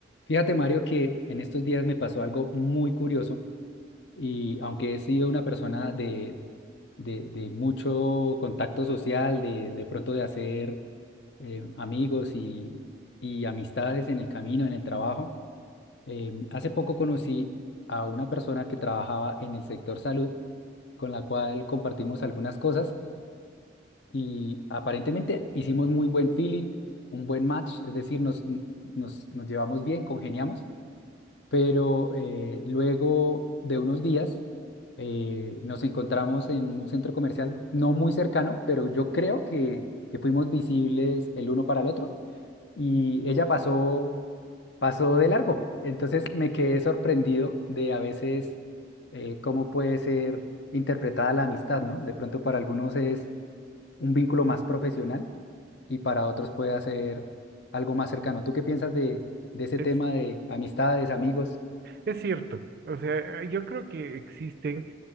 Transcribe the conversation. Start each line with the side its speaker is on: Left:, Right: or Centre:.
Left: Fíjate, Mario, que en estos días me pasó algo muy curioso y aunque he sido una persona de, de, de mucho contacto social, de, de pronto de hacer eh, amigos y, y amistades en el camino, en el trabajo, em, hace poco conocí a una persona que trabajaba en el sector salud, con la cual compartimos algunas cosas y aparentemente hicimos muy buen feeling, un buen match, es decir, nos, nos, nos llevamos bien, congeniamos pero eh, luego de unos días eh, nos encontramos en un centro comercial, no muy cercano, pero yo creo que, que fuimos visibles el uno para el otro y ella pasó, pasó de largo. Entonces me quedé sorprendido de a veces eh, cómo puede ser interpretada la amistad, ¿no? De pronto para algunos es un vínculo más profesional y para otros puede ser algo más cercano. ¿Tú qué piensas de, de ese
Right: Es,
Left: tema de amistades, amigos?
Right: es cierto, o sea, eh, yo creo que existen